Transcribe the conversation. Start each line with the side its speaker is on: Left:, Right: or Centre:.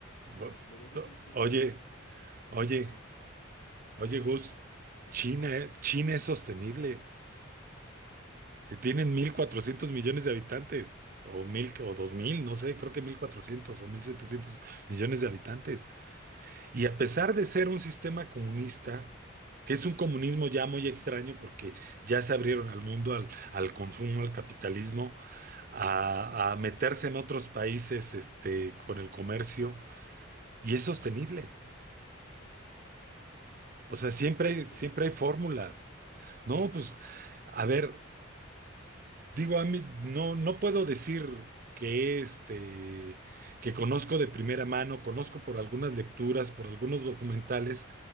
Right: Vos-
Left: Porque si lo ves desde un punto
Right: Oye,
Left: de vista nacional
Right: oye,
Left: nada más,
Right: oye, Gus,
Left: dime,
Right: China,
Left: dime,
Right: eh, China es sostenible. que tienen 1.400 millones de habitantes, o mil, o 2.000 no sé, creo que 1.400 o 1.700 millones de habitantes. Y a pesar de ser un sistema comunista, que es un comunismo ya muy extraño porque ya se abrieron al mundo, al, al consumo, al capitalismo, a,
Left: sí.
Right: a meterse en otros países, este, con el comercio, y es sostenible. O sea, siempre
Left: ¿Qué tanto?
Right: hay, siempre hay fórmulas. No, pues, a ver, Digo, a mí no, no puedo decir que este, que conozco de primera mano, conozco por algunas lecturas, por algunos documentales,